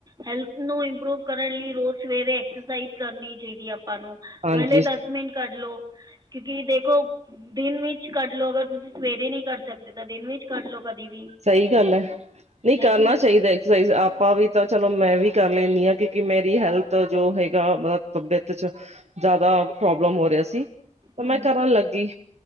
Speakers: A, on the right; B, on the right.
A: ਹੈਲਥ ਨੂੰ ਇੰਪਰੂਵ ਕਰਨ ਲਈ ਰੋਜ਼ ਸਵੇਰੇ ਐਕਸਰਸਾਈਜ਼ ਕਰਨੀ ਚਾਹੀਦੀ ਆਪਾਂ ਨੂੰ।
B: ਹਾਂਜੀ
A: ਮਹਿਲੇ ਦੱਸ ਦਸ ਮਿੰਟ ਕੱਢ ਲੋ, ਕਿਉਂਕਿ ਦੇਖੋ ਦਿਨ ਵਿੱਚ ਕੱਢ ਲਓ, ਅਗਰ ਤੁਸੀਂ ਸਵੇਰੇ ਨਹੀਂ ਕਰ ਸਕਦ ਜਿਦਾਂ ਤ ਦਿਨ ਵਿੱਚ ਕੱਢ ਲੋ ਕਦੀ ਵੀ।
B: ਸਹੀ ਗੱਲ ਐ, ਨਹੀਂ
A: ਹੈ
B: ਕਰਨਾ
A: ਕਿ
B: ਚਾਹੀਦਾ ਐਕਸਰਸਾਈਜ਼, ਆਪਾਂ ਵੀ ਤਾਂ ਚਲੋ ਮੈਂ ਵੀ ਕਰ ਲੈਂਨੂੰ ਆ। ਕਿਉਂਕਿ ਮੇਰੀ ਹੈਲਥ ਜੋ ਹੈਗਾ ਮਤਲਬ ਤਬਿਅਤ 'ਚ ਜਿਆਦਾ ਪ੍ਰੋਬਲਮ ਹੋ ਰਿਹਾ ਸੀ ਤੇ
A: ਹੂੰ
B: ਮੈਂ
A: ਹੂੰ।
B: ਕਰਨ ਲੱਗੀ